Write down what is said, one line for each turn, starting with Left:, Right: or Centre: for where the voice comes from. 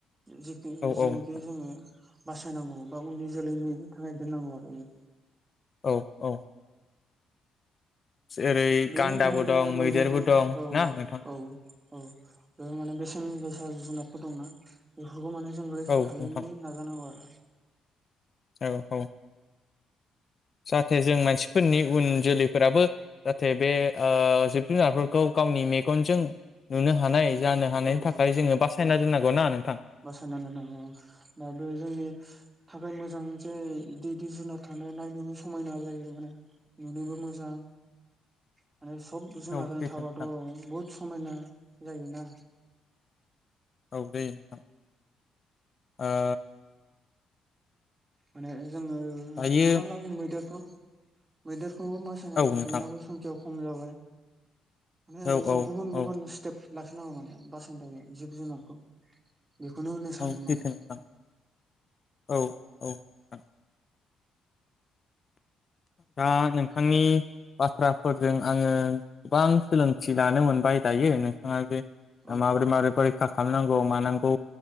Right: जिथु
Left: औ
Right: जिहेनेखि
Left: औ नोंथां
Right: जोङो बासायनांगौ। बा उननि जोलैनि थाखाय दोननांगौ आरो बे
Left: औ औ। जेरै
Right: बेल'
Left: गान्दाबो
Right: नङा जे
Left: दं
Right: मैदेरखौ
Left: मैदेरबो दं
Right: औ
Left: ना नोंथां
Right: औ औ बे माने बेसेन गोसा जुनादफोर दंना बेफोरखौ माने जों रैखा
Left: औ
Right: खालामनो
Left: नोंथां
Right: नाजानांगौ आरो। <inaudible>
Left: औ औ। जाहाथे जों मानसिफोरनि उन जोलैफोराबो जाहाथे ओ बे जिब जुनारफोरखौ। गावनि मेगनजों नुनो हानाय जानो हानायनि
Right: औ
Left: थाखाय जोङो बासायना
Right: औ
Left: दोननांगौना नों
Right: बासायनानै दोनांगौ औ दा बे जोंनि थाखाय मोजां जे इदि इदि जुनार थानाया नायनोबो समायना जायो माने नुनोबो मोजां माने सब जुनारजों
Left: औ सैथो
Right: थाबाथ'
Left: नोंथां
Right: बुहुद समायना जायोना।
Left: औ जायो नोंथां ओ
Right: माने जोङो
Left: दायो
Right: हमना ला मैदेरखौ मैदेर <unintelligible>
Left: औ नोंथां
Right: बेनाबो संखिया खम जाबाय माने
Left: औ
Right: जों
Left: औ
Right: गुबुन गुबुन
Left: औ
Right: स्टेट लाखिनांगौ माने बासायनो थाखाय जिब जुनारखौ। बेखौनो होनो सानदों
Left: औ सैथो
Right: माने।
Left: नोंथां औ औ नोंथां। दा नोंथांनि
Right: दाथ'
Left: बाथ्रा। फोरजों आङो गोबां सोलोंथि लानो मोनबाय दायो नोंथाङा बे
Right: औ
Left: माबोरै माबोरै रैखा खालामनांगौ मानांगौ